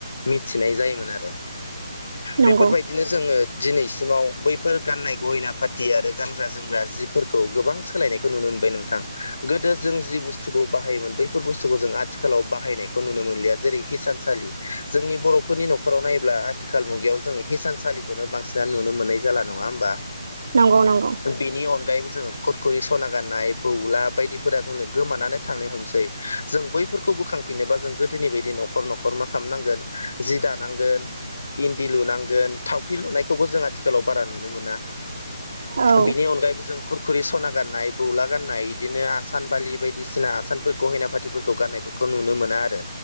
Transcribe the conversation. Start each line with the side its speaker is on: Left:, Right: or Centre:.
Left: मिथिनाय जायोमोन आरो
Right: नंगौ
Left: बेफोरबायदिनो जो जोङो दिनैसिमाव बैफोर गाननाय गहिना पाटि आरो गानग्रा जोमग्रा जि फोरखौ गोबां सोलायनायखौ नुनो मोनबाय नोंथां गोदो जों जि बुस्थुखौ बाहायोमोन बेफोर बुस्थुखौ जों आथिखालाव बाहायनायखौ नुनो मोनलिया जेरै हिसानसालि जोंनि बर'फोरनि न'खराव नायोब्ला आथिखाल मुगायाव जों हिसानसालिखौनो बांसिनना नुनो मोननाय जाला नङा होमबा
Right: नोंगौ नोंगौ
Left: बेनि अनगायैबो जोङो खुर कुरि सना गाननाय खौ आ बायदिफोरा जोंनो गोमानानै थांनो हमसै जों बैफोरखौ बोखांफिनोबा जों गोदोनि बायदि न'खर न'खर खरमा खालामनांगोन जि दानांगोन इन्दि लुनांगोन थावख्रि लुनायखौबो जों आथिखालाव बारा नुनो मोना
Right: औ
Left: बिनि अनगायैबो जों खुरखुरि सना गाननाय बौला गाननाय इदिनो आसान बालि बायदिसिना आसानफोर गहेना फाथिफोरखौ गाननायफोरखौ नुनो मोना आरो